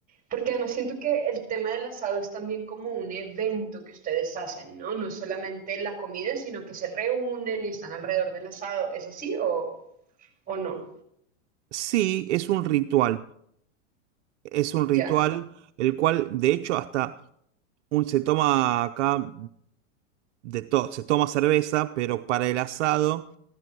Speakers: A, on the right (about 20°); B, on the right (about 65°).
A: porque además siento que el tema del asado es también como un evento que ustedes hacen, ¿no? No es solamente la comida, sino que se reúnen y están alrededor del asado. ¿Es así o, o no?
B: Sí, es un ritual. Es un
A: Ya,
B: ritual el cual, de hecho, hasta un, se toma acá de todo, se toma cerveza, pero para el asado